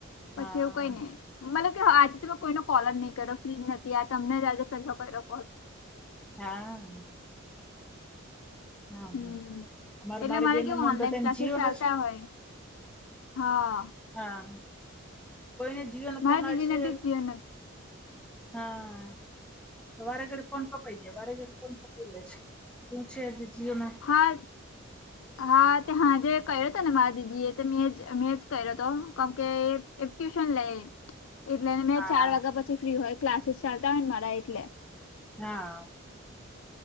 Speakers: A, on the left; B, in the centre.
A: પછી
B: હા
A: એવું કઈ ને મને તો આજે તો હું ફ્રી જ નહોતી આજે કોઈને કોલ જ નહતો કર્યો તમને પહેલો કર્યો કોલ
B: હા હા
A: હમ
B: અમારે
A: એટલે
B: મારી
A: મારે
B: બેનો
A: કેવું ઓનલાઈન
B: બધાને
A: ક્લાસીસ
B: જીઓનો
A: ચાલતા
B: છે
A: હોય હા
B: હા કોઈને જીઓ નો ફોન
A: મારા
B: આવે
A: દીદીને
B: છે.
A: બી જીઓનો
B: હા તો વારે ઘડીએ ફોન કપાઈ જાય વારે ઘડીએ ફોન કપાઈ જાય શું છે આજે જીઓ ને
A: હા હા તે હાંજે કર્યો હતો ને મારા દીદી એ મેં મેં જ કર્યો હતો કેમકે એ ટ્યુશન લે એટલે મેં
B: હા
A: ચાર વાગ્યા પછી ફ્રી હોય ક્લાસીસ ચાલતા હોય ને મારા એટલે
B: હા